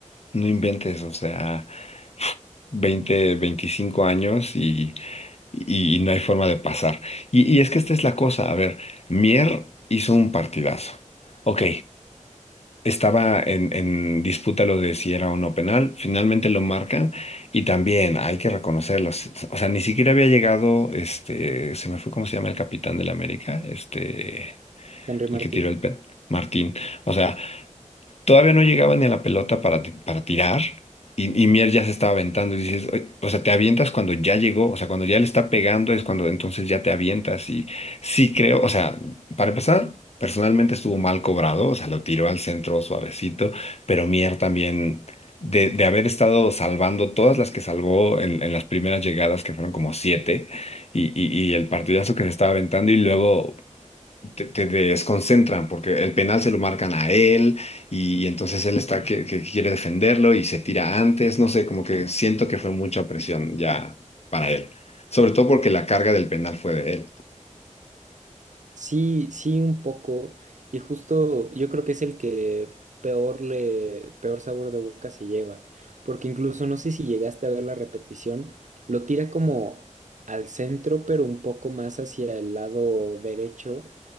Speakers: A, on the left; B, on the right.
A: No inventes, o sea, 20, 25 años y, y- y no hay forma de pasar. Y, y es que esta es la cosa, a ver, Mier hizo un partidazo. Ok, estaba en, en disputa lo de si era o no penal, finalmente lo marcan y también hay que reconocerlo. s- s- O sea, ni siquiera había llegado, este, se me fue cómo se llama el capitán del América, este,
B: Henry Martín.
A: el que tiró el pen, Martín. O sea, Todavía no llegaba ni a la pelota para, ti- para tirar y, y Mier ya se estaba aventando y dices, "Oye", o sea, te avientas cuando ya llegó, o sea, cuando ya le está pegando es cuando entonces ya te avientas y sí creo, o sea, para empezar, personalmente estuvo mal cobrado, o sea, lo tiró al centro suavecito, pero Mier también, de, de haber estado salvando todas las que salvó en, en las primeras llegadas, que fueron como siete, y, y, y el partidazo que se estaba aventando y luego te, te desconcentran porque el penal se lo marcan a él y, entonces él está que, que quiere defenderlo y se tira antes, no sé, como que siento que fue mucha presión ya para él, sobre todo porque la carga del penal fue de él.
B: Sí, sí, un poco. Y justo yo creo que es el que peor le, peor sabor de boca se lleva. Porque incluso no sé si llegaste a ver la repetición, lo tira como al centro, pero un poco más hacia el lado derecho.